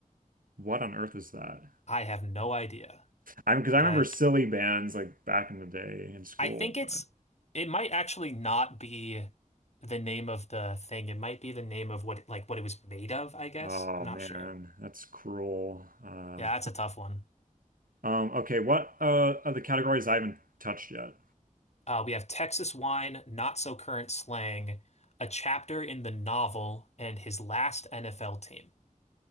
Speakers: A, on the right; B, on the left.
A: What on earth is that?
B: I have no idea,
A: I because I
B: but
A: remember silly bands like back in the day in school.
B: I think it's
A: but-
B: it might actually not be the name of the thing. It might be the name of what like what it was made of, I guess.
A: oh
B: I'm not
A: man,
B: sure.
A: that's cruel. Uh
B: Yeah, that's a tough one.
A: um okay, what uh are the categories I haven't touched yet?
B: Uh, we have Texas wine, not so current slang, a chapter in the novel, and his last NFL team.